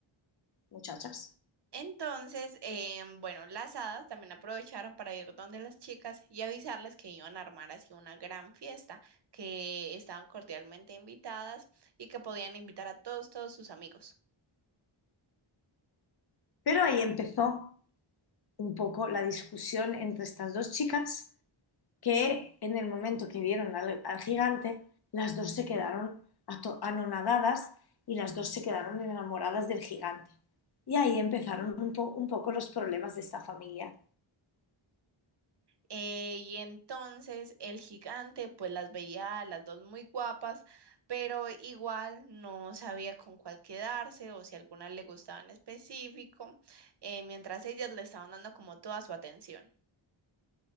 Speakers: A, on the left; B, on the right.
A: muchachas.
B: Entonces, em, bueno, las hadas también aprovecharon para ir donde las chicas y avisarles que iban a armar así una gran fiesta, que estaban cordialmente invitadas y que podían invitar a todos, todos sus amigos.
A: Pero ahí empezó un poco la discusión entre estas dos chicas que en el momento que vieron al, al gigante, las dos se quedaron anonadadas y las dos se quedaron enamoradas del gigante. Y ahí empezaron un, po- un poco los problemas de esta familia.
B: Eh, y entonces el gigante pues las veía a las dos muy guapas, pero igual no sabía con cuál quedarse o si alguna le gustaba en específico, eh, mientras ellas le estaban dando como toda su atención.